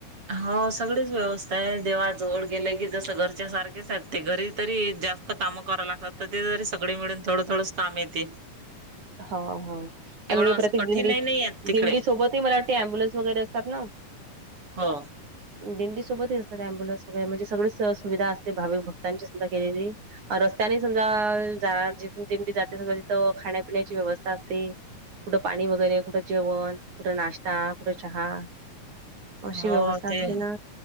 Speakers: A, on the right; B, on the right.
A: हो सगळीच व्यवस्थाय. देवाजवळ गेलं की, जस घरच्या सारखेच आहेत. ते घरी तरी जास्त काम कराव लागतात. ते तरी सगळे मिळून थोडं - थोडं काम येते.
B: हा, हा.
A: एवढं
B: आणि हे
A: असं
B: प्रत्येक
A: कठीणही
B: दिंडी
A: नाही आहेत
B: -
A: तिकडे.
B: दिंडी सोबतही मला वाट ते, अम्बुलन्स वगैरे असतात ना.
A: हो.
B: दिंडी सोबतही असतात, अम्बुलन्स वगैरे. म्हणजे सगळी स सुविधा असते. भाविक भक्तांची सुद्धा केलेली. रस्त्यानि समजा जाणार जिथून दिंडी जाते समजा तिथं खाण्यापिण्याची व्यवस्था असते. कुठं पाणी वगैरे, कुठं जेवण. कुठं नाश्ता, कुठं चहा. अशी
A: हो
B: व्यवस्था
A: ते
B: असते
A: आहे.
B: ना